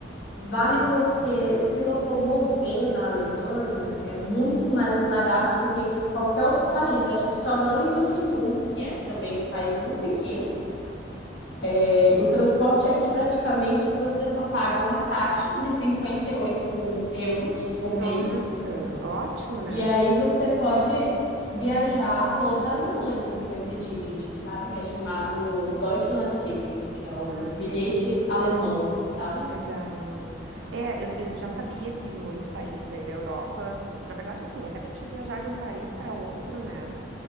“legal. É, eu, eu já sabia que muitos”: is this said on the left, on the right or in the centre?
Right